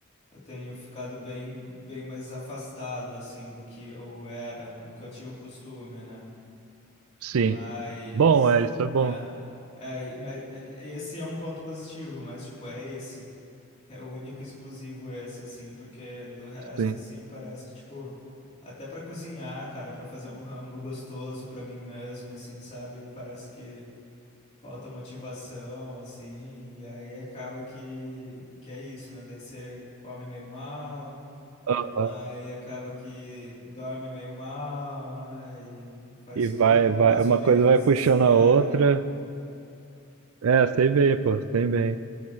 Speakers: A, on the left (about 30°); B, on the right (about 70°).
A: eu tenho ficado bem bem mais afastado assim do que eu era, o que eu tinha o costume, né?
B: sim.
A: Mas
B: Bom, é, isso é bom,
A: é, é, mas é, esse é um ponto positivo, mas tipo, é esse. É o único exclusivo esse, assim, porque do resto,
B: sim.
A: assim, parece que, tipo, até pra cozinhar, cara, pra fazer um rango gostoso pra mim mesmo, assim, sabe? Parece que falta motivação, assim, e aí acaba que, que é isso, né? Daí você come meio mal,
B: Aham.
A: aí acaba que dorme meio mal, né? E faz
B: E vai,
A: tudo
B: vai,
A: mais
B: uma
A: ou menos
B: coisa vai puxando
A: assim,
B: a
A: ah,
B: outra, é, sei bem, pô, sei bem.